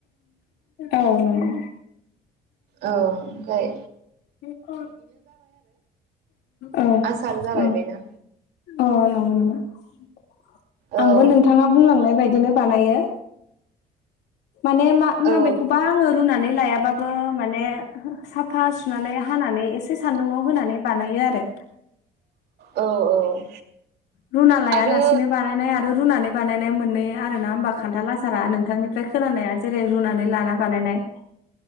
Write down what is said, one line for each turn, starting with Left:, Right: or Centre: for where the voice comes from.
Left: औ नंगौ।
Right: औ ओमफाय
Left: <unintelligible> अ
Right: आसार जाबाय
Left: अ
Right: बेनो
Left: अ नंगौ नामा <inaudible>
Right: औ
Left: आंबो नोंथाङा बुंलांनाय बायदिनो बानायो माने मा माबेखौबा
Right: औ
Left: आङो रुनानै लायाबाबो माने सा फा सुनानै हानानै एसे सान्दुंआव होनानै बानायो आरो
Right: औ औ
Left: रुना लाया
Right: आरो
Left: लासिनो बानायनाय रुनानै बानायनाय मोननै आरो ना होमबा खान्थाल आसारा नोंथांनिफ्राय खोनानाया जेरै रुनानै लाना बानायनाय